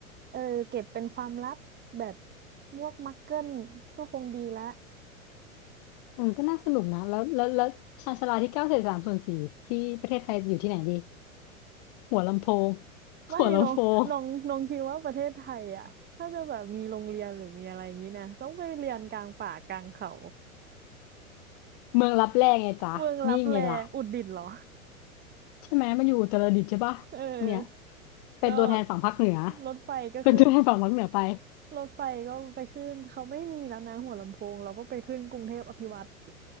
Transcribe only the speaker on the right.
เออเก็บเป็นความลับแบบพวกมักเกิลก็คงดีละ
ไม่ลองลองลองคิดว่าประเทศไทยอ่ะถ้าจะแบบมีโรงเรียนหรือมีอะไรอย่างนี้นะต้องไปเรียนกลางป่ากลางเขา
เมืองลับแลอุตรดิตถ์เหรอ
เออ
ก็รถไฟก็ขึ้น
รถไฟก็ไปขึ้นเขาไม่มีแล้วนะหัวลำโพงเราก็ไปขึ้นกรุงเทพอภิวัตน์